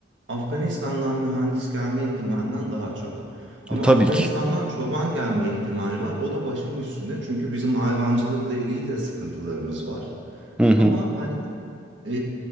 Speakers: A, on the right (about 85°); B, in the centre.
A: Afganistan'dan mühendis gelme ihtimalinden daha çok. Ama
B: Tabii
A: Afganistan'dan
B: ki.
A: çoban gelme ihtimali var. O da başım üstüne çünkü bizim hayvancılıkla ilgili de sıkıntılarımız var.
B: Hı hı.
A: Ama hani ee,